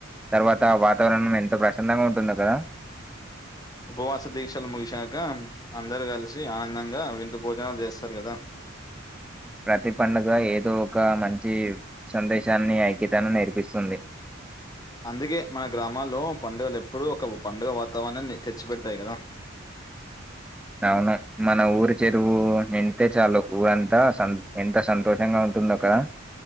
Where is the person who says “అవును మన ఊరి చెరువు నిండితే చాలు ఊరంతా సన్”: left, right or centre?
Centre